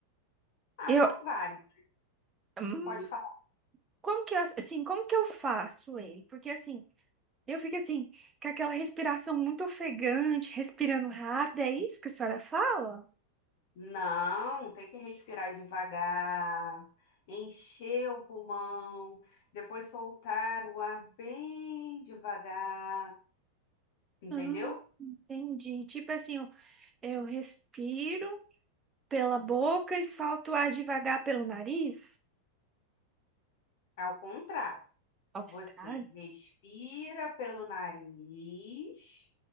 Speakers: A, on the left; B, on the right.
A: Ah,
B: Eu,
A: são vários.
B: hum,
A: Pode falar.
B: como que eu, assim, como que eu faço ele? Porque assim, eu fico assim, com aquela respiração muito ofegante, respirando rápido, é isso que a senhora fala?
A: Não, tem que respirar devagar, encher o pulmão, depois soltar o ar bem devagar, entendeu?
B: Hum, entendi. Tipo assim, eu, eu respiro pela boca e solto o ar devagar pelo nariz?
A: É ao contrário.
B: Ao
A: Você
B: contrário?
A: respira pelo nariz,